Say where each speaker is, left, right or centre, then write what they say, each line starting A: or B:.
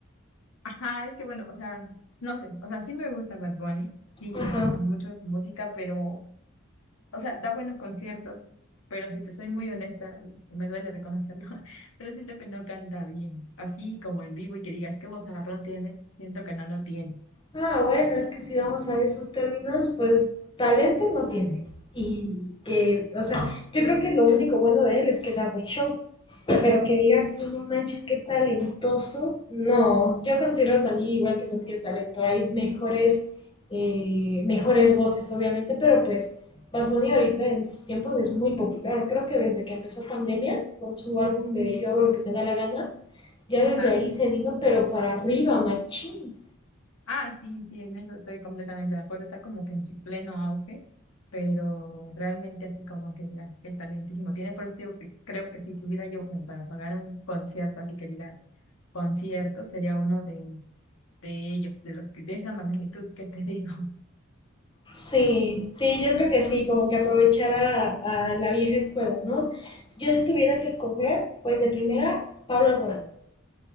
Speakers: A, on the left; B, on the left.
A: Ajá, es que bueno, o sea, no sé, o sea, sí me gusta Bad Bunny, sí
B: Ajá.
A: me gusta mucho su música, pero o sea, da buenos conciertos, pero si te soy muy honesta, y me duele reconocerlo, <laughs> pero siento que no canta bien. Así como en vivo y que digas qué vozarrón tiene, siento que no lo tiene.
B: Ah, bueno, es que si vamos a esos términos, pues talento no tiene. Y que, o sea, yo creo que lo único bueno de él es que da buen show. Pero que digas tú, no manches, qué talentoso. No, yo considero también igual que no tiene talento. Hay mejores, eh, mejores voces, obviamente, pero pues Bad Bunny ahorita en estos tiempos es muy popular. Creo que desde que empezó pandemia, con su álbum de Yo hago lo que me da la gana, ya
A: Ajá.
B: desde ahí se vino, pero para arriba, machín.
A: Ah, sí, sí, en eso estoy completamente de acuerdo. Está como que en su pleno auge, pero realmente así como que digas qué talentísimo tiene. Por eso te digo que creo que si tuviera yo como para pagar un concierto, así que digas concierto, sería uno de, de ellos, de los que de esa magnitud que te <laughs> digo.
B: Sí, sí, yo creo que sí, como que aprovechar a, a la vieja escuela, ¿no? Yo si tuviera que escoger, pues de primera, Pablo Alborán.